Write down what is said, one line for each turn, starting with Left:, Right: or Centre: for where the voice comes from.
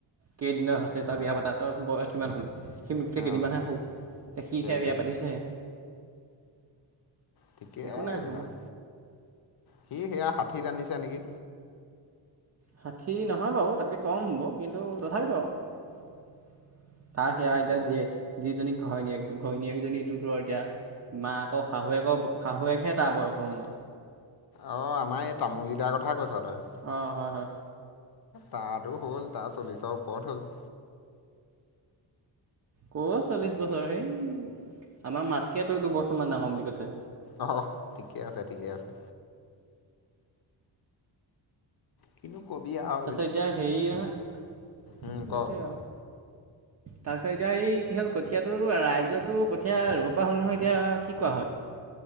Right: কেইদিনা হৈছে তাৰ বিয়া পাতা তাৰ বয়স কিমান হল। সি মোতকে
Left: অ
Right: কেইদিনমানহে সৰু সি
Left: সেইটোৱে
Right: এতিয়া বিয়া পাতিছেহে।
Left: ঠিকেই
Right: একো নাই
Left: এইবিলাক
Right: হ'ব
Left: সি সেয়া ষাঠিত আনিছে নেকি।
Right: ষাঠি নহয় বাও তাতকে কম হ'ব কিন্তু তথাপিতো আও। তাৰ সেয়া এতিয়া
Left: ঠিকে
Right: জীয়েক
Left: আছে
Right: ডাঙৰ য যিজনী ঘৈণীয়েক ঘৈণীয়েকেইজনীটোতো এতিয়া। মাক শাহুৱেকৌ শাহুৱেকহে তাৰ বয়সৰ মানে।
Left: অঁ আমাৰ এই তামোলী দাৰ কথা কৈছ তই।
Right: অ হয় হয়।
Left: তাতো হ'ল তাৰ চল্লিছৰ ওপৰত হ'ল।
Right: ক' চল্লিছ বছৰ হেই আমাৰ মাতকেতো দুবছৰমান ডাঙৰ বুলি কৈছে।
Left: অ ঠিকে আছে ঠিকে আছে। কিনো কবি আও।
Right: তাৰপিছত এতিয়া হেৰি নহয়
Left: উম
Right: সেটোৱে
Left: ক
Right: আও। তাৰপিছত এতিয়া এই কি হ'ল কঠীয়াটো ৰাইজৰতো কঠীয়া 'ৰুব পৰা হ'ল নহয় এতিয়া কি কোৱা হয়।